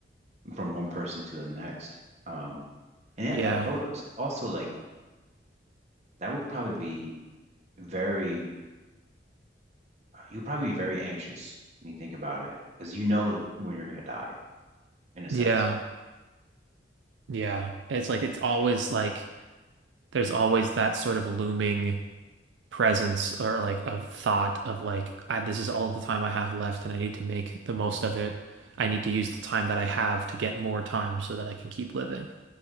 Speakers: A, on the right; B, on the right.
A: from one person to the next. Um, and that,
B: Yeah.
A: that would als- also like that would probably be very you'd probably be very anxious when you think about it because you know when you're gonna die. in a sense.
B: Yeah. Yeah. It's like it's always like there's always that sort of looming presence or like of thought of like I, this is all the time I have left and I need to make the most of it. I need to use the time that I have to get more time so that I can keep living.